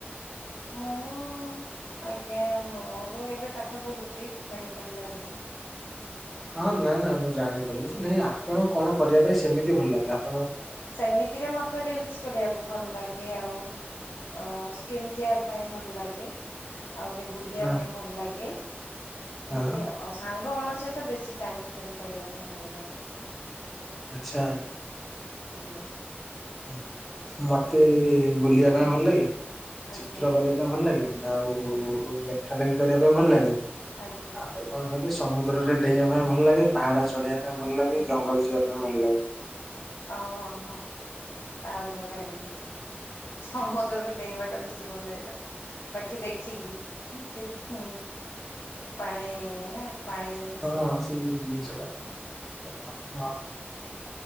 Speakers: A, on the left; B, in the centre.
A: ମୁଁ ଉ ମୁଁ ଆଜ୍ଞା ମୋ ର ଏବେ ପାଠ ପଢ଼ୁଛି ମେଡିକାଲ ଲାଇନରେ
B: ହଁ ନାଇଁ ନାଇଁ ମୁଁ ଜାଣିପାରିଲି ଯେ ନାଇଁ ଆପଣ କଣ କରିବା ପାଇଁ ସେମିତି ଭଲ ଲାଗେ ଆପ୍
A: ହୁଁ ହୁଁ ସେମିତିରେ ମତେ ରିଲସ୍ କରିବାକୁ ଭଲ ଲାଗେ ଆଉ। ଅ ସ୍କିନ୍ କେୟାର ପାଇଁ ଭଲ ଲାଗେ <unintelligible> ଆଉ ଗୋଟେ ବୁଲିବା
B: ହଁ
A: ପାଇଁ ଭଲ ଲାଗେ ହୁଁ
B: ହଁ
A: ସେମତି ଆଉ ଆଉ ସାଙ୍ଗ୍ ଲ ମାନ ସହିତ ବେଶୀ ଟାଇ ସ୍ପେଣ୍ଡ କରିବା ପାଇଁ ଭଲ ଲାଗେ ସେଥିପାଇଁ
B: ଆଛା।
A: ଓକେ।
B: ହୁଁ ମତେ ବୁଲିବା ପାଇଁ ଭଲ ଲାଗେ?
A: ଆଜ୍ଞା
B: ଚିତ୍ର କରିବା ପାଇଁ ଭଲ ଲାଗେ ଆଉ
A: ଆଜ୍ଞା
B: ଲେଖା ଲେଖି କରିବା ପାଇଁ ଭଲ ଲାଗେ।
A: ଆଜ୍ଞା
B: ଆଉ କଣ କହିଲେ ସେ? ସମୁଦ୍ରରେ ଡେଇଁବା ପାଇଁ ଭଲ ଲାଗେ ପାହାଡ଼ ଚଢେଇବା ପାଇଁ ଭଲ ଲାଗେ ଜଙ୍ଗଲ ଯିବା ପାଇଁ ଭଲ ଲାଗେ।
A: ଅ ହଁ ହଁ ହଁ। ଆହୁରି ବଡିଆ ଜିନିଷ ସମୁଦ୍ରରେ ଡେଇବା ଟା ବେଶୀ ଭଲ ହେଇିଲା ନା ବାକି ଦେଖିକି ହୁଁ କେତ୍ ହୁ ପାଣି ନା ପାଣି ଜିନସ
B: ହଁ ସେଇ ଜିନିଷଟା ହଁ ହଁ।